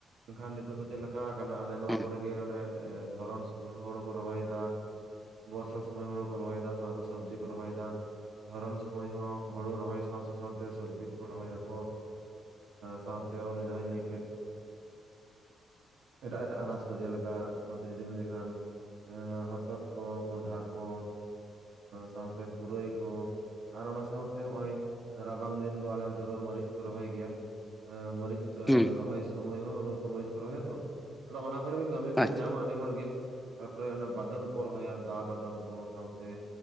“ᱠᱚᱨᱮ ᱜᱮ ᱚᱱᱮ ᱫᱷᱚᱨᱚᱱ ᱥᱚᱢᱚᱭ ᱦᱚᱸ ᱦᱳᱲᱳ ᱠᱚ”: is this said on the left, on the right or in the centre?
Right